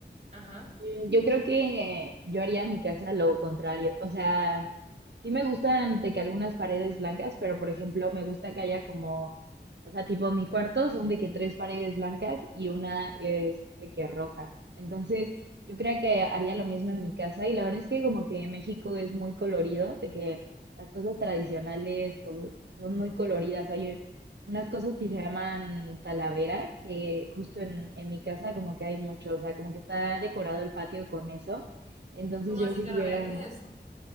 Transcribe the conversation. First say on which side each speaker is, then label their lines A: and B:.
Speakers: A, on the right; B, on the right.
A: ajá.
B: mm, yo creo que yo haría en mi casa lo contrario. O sea, sí me gustan de que algunas paredes blancas, pero por ejemplo, me gusta que haya como, o sea, tipo mi cuarto son de que tres paredes blancas y una es de que roja. Entonces, yo creo que haría lo mismo en mi casa y la verdad es que como que México es muy colorido, de que las cosas tradicionales pues, son muy coloridas. Hay unas cosas que se llaman talavera, que justo en, en mi casa como que hay mucho, o sea, como que está decorado el patio con eso. Entonces
A: ¿Cómo
B: yo
A: así,
B: si
A: calavera?
B: tuviera,
A: ¿Qué es eso?